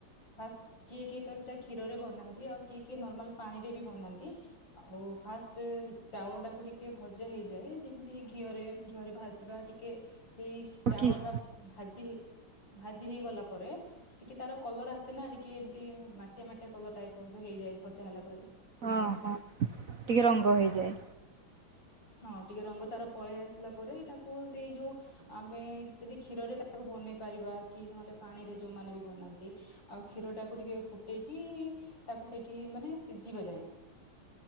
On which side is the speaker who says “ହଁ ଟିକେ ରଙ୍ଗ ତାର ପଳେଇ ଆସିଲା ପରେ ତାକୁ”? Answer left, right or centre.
Left